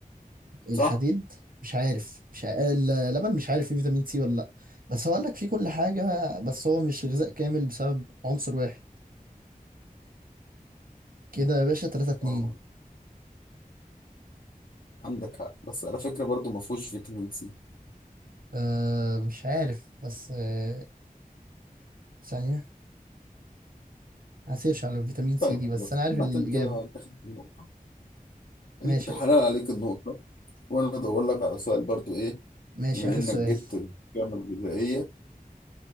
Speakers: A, on the right (about 70°); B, on the left (about 70°).
A: الحديد
B: صح؟
A: مش عارف مش ع... اللبن مش عارف فيه فيتامين سي ولا لا بس هو قال لك فيه كل حاجه بس هو مش غذاء كامل بسبب عنصر واحد كده يا باشا 3 2
B: اه عندك حق بس على فكرة برضو ما فيهوش فيتامين سي
A: آه مش عارف بس آه ثانيه هسيرش على الفيتامين سي
B: طيب
A: دي
B: خلاص
A: بس انا عارف
B: عامة
A: الاجابه
B: كده انت خدت النقطة
A: ماشي
B: انت حلال عليك النقطة وانا ادور لك على سؤال برضو ايه
A: ماشي
B: بما
A: اخر
B: انك
A: سؤال
B: جبت القيم الغذائية